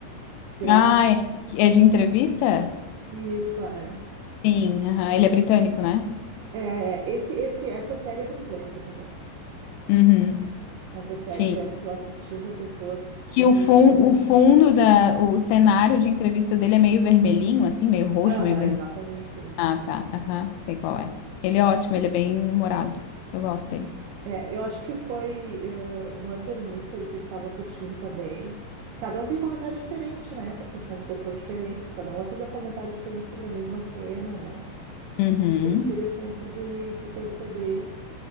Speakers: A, on the right; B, on the left.
A: Graham
B: Ah, é, é
A: North.
B: de entrevista?
A: Isso é.
B: Sim, aham. Ele é britânico, né?
A: É, esse, esse, essa série é britânica também.
B: Uhum.
A: Essa série
B: Sim.
A: que eu tô assistindo, a pessoa assistir.
B: Que o, fun, o fundo da, o cenário de entrevista dele é meio vermelhinho, assim, meio roxo,
A: Aham,
B: meio vermelho.
A: exatamente isso
B: Ah, tá. Aham, sei qual é. Ele é ótimo, ele é bem humorado. Eu gosto dele.
A: É, eu acho que foi eh, Murder Mystery que estava assistindo também. E cada um tem um comentário diferente, né? Porque são pessoas diferentes, cada um vai fazer um comentário diferente sobre a mesma cena, né?
B: Uhum.
A: Isso é interessante de, de perceber.